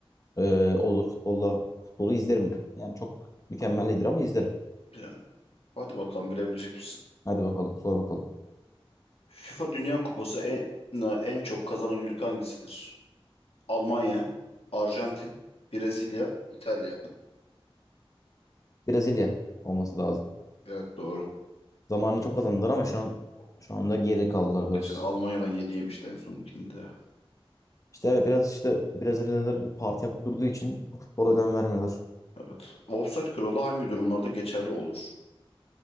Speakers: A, on the left; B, on the left.
A: Ee, olur. Futbolla, futbolu izlerim. Yani çok mükemmel değildir ama izlerim.
B: Yani hadi bakalım bilebilecek misin?
A: Hadi bakalım, sor bakalım.
B: FIFA Dünya Kupası en, en çok kazanan ülke hangisidir? Almanya, Arjantin, Brezilya, İtalya.
A: Brezilya olması lazım.
B: Evet doğru.
A: Zamanını çok kazandılar ama şu an şu anda geri kaldılar biraz.
B: Geçen Almanya'dan yediğim işte en sonunkinde.
A: İşte evet biraz işte Brezilyalılar parti yapıp durduğu için futbola önem vermiyorlar.
B: Evet. Offside kuralı hangi durumlarda geçerli olur?